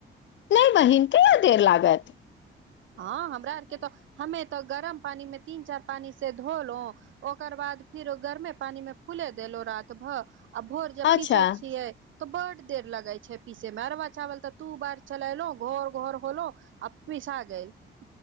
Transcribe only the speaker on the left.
नहि बहीन की य देर लागैत।
अच्छा